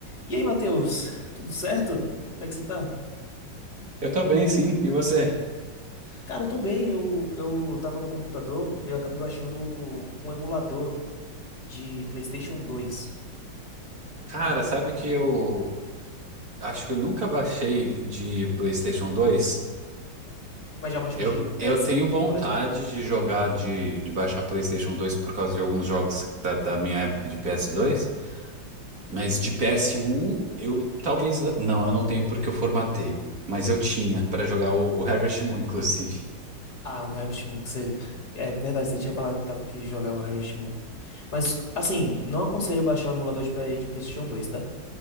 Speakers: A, on the left; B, on the right.
A: E aí, Matheus, tudo certo? Como é que você tá?
B: Eu tô bem, sim. E você?
A: Cara, eu tô bem. Eu, eu tava no computador e eu acabei baixando um emulador de PlayStation 2.
B: Cara,
A: E-
B: sabe que eu acho que eu nunca baixei de PlayStation 2?
A: Mas já baixou
B: Eu,
A: de PSP,
B: eu tenho vontade
A: por exemplo?
B: de jogar, de, de baixar PlayStation 2 por causa de alguns jogos da, da minha época de PS2, mas de PS1 eu talvez. Não, eu não tenho porque eu formatei, mas eu tinha pra jogar o, o Harvest Moon, inclusive.
A: Ah, o Harvest Moon, que você. É verdade, você tinha falado que tava- que jogava o Harvest Moon. Mas, assim, não aconselho baixar o emulador de, P- de PlayStation 2, tá?